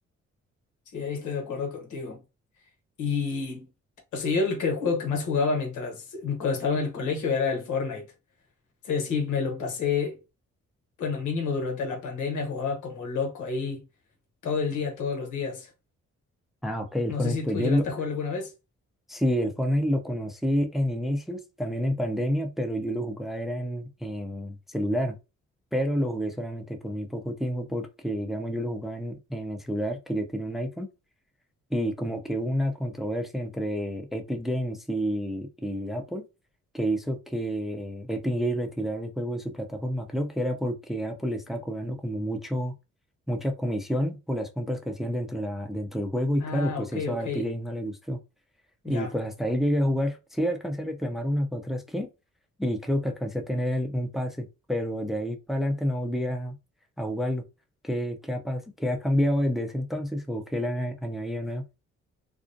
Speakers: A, on the left (about 85°); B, in the centre.
A: sí, ahí estoy de acuerdo contigo. Y, o sea, yo el que juego que más jugaba mientras, cuando estaba en el colegio era el Fortnite. Es decir, me lo pasé bueno, mínimo durante la pandemia jugaba como loco ahí todo el día, todos los días.
B: Ah, ok, el
A: No
B: Fortnite,
A: sé si
B: pues
A: tú
B: yo
A: llegaste
B: lo...
A: a jugar alguna vez.
B: Sí, el Fortnite lo conocí en inicios, también en pandemia, pero yo lo jugaba era en, en celular. Pero lo jugué solamente por muy poco tiempo porque, digamos, yo lo jugaba en, en el celular, que yo tenía un iPhone. y como que hubo una controversia entre Epic Games y, y Apple que hizo que Epic Games retirara el juego de su plataforma. Creo que era porque Apple le estaba cobrando como mucho, mucha comisión por las compras que hacían dentro, de la, dentro del juego y
A: Ah,
B: claro, pues
A: ok,
B: eso
A: ok,
B: a Epic Games no le gustó. Y
A: ya.
B: pues hasta ahí llegué a jugar. Sí, alcancé a reclamar una que otra skin y creo que alcancé a tener el- un pase, pero de ahí para adelante no volví a, a jugarlo. ¿Qué, qué ha, pas- qué ha cambiado desde ese entonces o qué le han a- añadido nuevo?